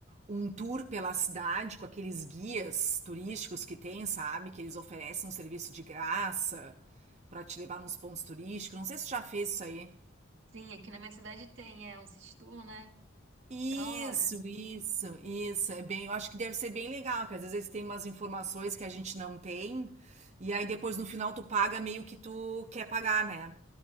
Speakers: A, on the right (about 35°); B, on the right (about 70°).
A: um tour pela cidade com aqueles guias turísticos que tem, sabe? Que eles oferecem um serviço de graça pra te levar nos pontos turísticos. Não sei se tu já fez isso aí.
B: Sim, aqui na minha cidade tem, é um sítio tour, né?
A: Isso,
B: Da hora.
A: isso, isso. É bem, eu acho que deve ser bem legal, porque às vezes tem umas informações que a gente não tem, e aí depois no final tu paga meio que tu quer pagar, né?